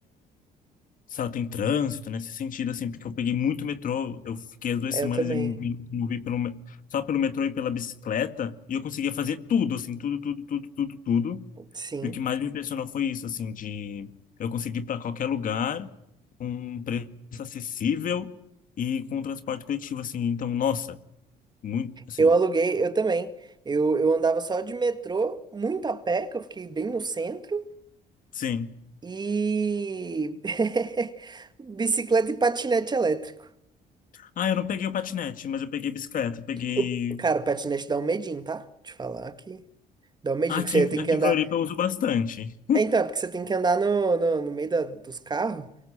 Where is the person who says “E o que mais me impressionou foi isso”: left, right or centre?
Left